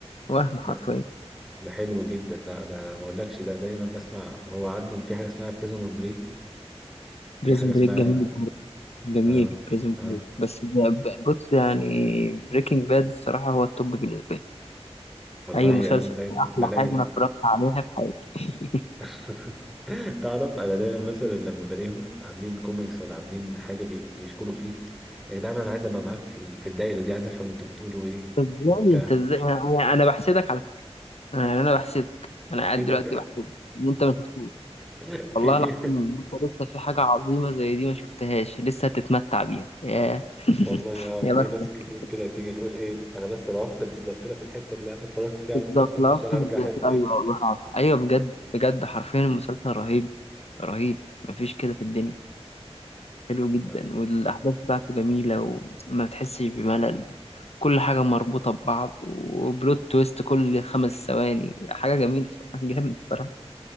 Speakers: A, on the left; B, in the centre.
A: وهم حرفيا
B: ده, ده حلو جدا ده انا ما اقولكش ده دايما بسمع هو عنده في حاجه اسمها بريزون بريك في
A: بريزون
B: حاجه اسمها
A: بريك جميل جميل
B: آه
A: بريزون
B: آه
A: بريك بس ب- ب- بص يعني بريكنج باد الصراحة هو التوب بالنسبة لي
B: والله
A: أي مسلسل
B: أنا دايما
A: أحلى
B: بلاقي
A: حاجة أنا اتفرجت عليها في حياتي <laughs>
B: <laughs> تعرف انا دايما مثلا لما بلاقيهم عاملين كوميكس ولا عاملين حاجه بي... بيشكروا فيه يا جدعان انا عايز ابقى معاكم في ال... في الدايره دي عايز افهم انتوا بتقولوا ايه
A: أنت إزاي
B: وبتاع
A: أنت إزاي أنا أنا أنا بحسدك على فكرة أنا يعني أنا بحسدك أنا قاعد
B: في لا
A: دلوقتي
B: في
A: بحسدك إن أنت ما شفتوش
B: <laughs> في
A: والله
B: في
A: العظيم إن أنت لسه في حاجة عظيمة زي دي ما شفتهاش لسه هتتمتع بيها ياه <laughs>
B: والله اه
A: يا
B: في
A: بختك
B: ناس كتير كده تيجي تقول ايه انا بس انا هفقد الذاكره في الحته اللي انا اتفرجت فيها على
A: بالظبط
B: المسلسل
A: لاست
B: عشان ارجع
A: الذاكرة
B: احبه تاني
A: أيوه والله العظيم أيوه بجد بجد حرفيا المسلسل رهيب رهيب مفيش كده في الدنيا حلو جدا
B: مم.
A: والأحداث بتاعته جميلة وما بتحسش بملل كل حاجة مربوطة ببعض وبلوت تويست كل خمس ثواني حاجة جميلة بصراحة جامد بصراحة